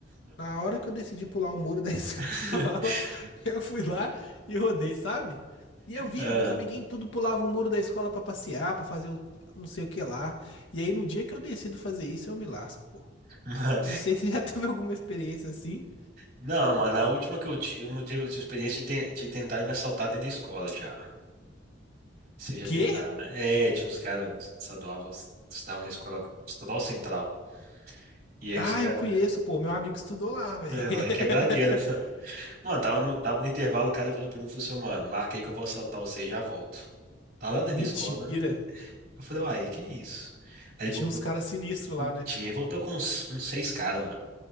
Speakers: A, on the left; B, on the right.
A: Na hora que eu decidi pular o muro da <laughs> escola,
B: <laughs>
A: eu fui lá e rodei, sabe? E eu via,
B: Ah,
A: meus amiguinhos tudo pulavam o muro da escola pra passear, pra fazer o não sei o que lá. E aí, no dia que eu decido fazer isso, eu me lasco, pô.
B: mano.
A: Não sei se <laughs> já teve alguma experiência assim.
B: Não, mano, a última que eu tive, uma de de experiência de, ten- de tentar me assaltar dentro da escola já. Seja
A: Quê?
B: tentar, né? É, tinha uns caras estadual, estudavam na escola estadual central. E aí
A: Ah,
B: os caras,
A: eu conheço,
B: <laughs>
A: pô. Meu amigo estudou lá, velho.
B: lá é quebradeira,
A: <laughs>
B: <laughs> mano. Mano, tava no, tava no intervalo, o cara virou pra mim e falou assim, mano, marca aí que eu vou assaltar você e já volto. Tá lá dentro
A: Mentira.
B: da escola. né? Eu falei, uai, que isso? Aí ele
A: Tinha
B: voltou
A: uns caras
B: com,
A: sinistros lá, né?
B: tinha, voltou com uns, uns seis caras, mano.